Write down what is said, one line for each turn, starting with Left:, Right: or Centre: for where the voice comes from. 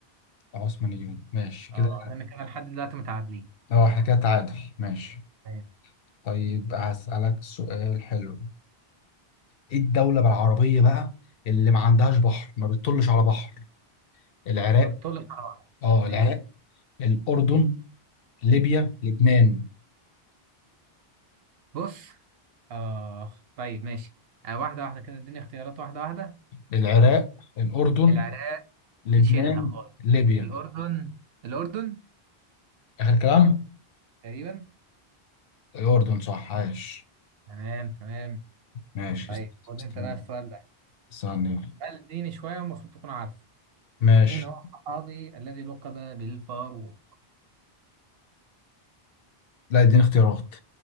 Left: العثمانيون ماشي كده
Right: اه ده انا كده لحد دلوقتي متعادلين
Left: اه احنا كده تعادل ماشي
Right: تمام
Left: طيب هسألك سؤال حلو ايه الدولة بالعربية بقى اللي ما عندهاش بحر ما بتطلش على بحر العراق
Right: ما بتطول القرار
Left: اه العراق
Right: ماشي
Left: الأردن
Right: ماشي
Left: ليبيا لبنان
Right: بص آه طيب ماشي آه واحدة واحدة كده اديني اختيارات واحدة واحدة
Left: العراق الأردن
Right: العراق
Left: لبنان
Right: شيلها خالص
Left: ليبيا
Right: الأردن الأردن
Left: آخر كلام
Right: تقريبا
Left: الأردن صح عايش
Right: تمام تمام
Left: ماشي
Right: طيب
Left: است-
Right: خد
Left: استنى
Right: انت بقى السؤال ده
Left: ثانية
Right: سؤال ديني شوية والمفروض تكون عارف
Left: ماشي
Right: مين هو الصحابي الذي لقب بالفاروق
Left: لا اديني اختيارات